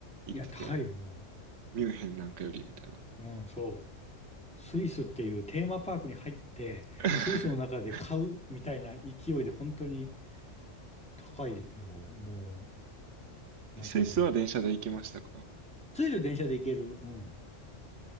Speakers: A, on the right; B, in the centre.
A: 言ってて、
B: い。いや、高いよ、も
A: ミュンヘンなんかよりみたいな。
B: う。うん、そう。スイスっていうテーマパークに入って、
A: <laughs>
B: スイスの中で買うみたいな勢いで本当に高いよ、もう。なんかね。
A: スイスは電車で行きましたか
B: スイス電車で行ける。うん。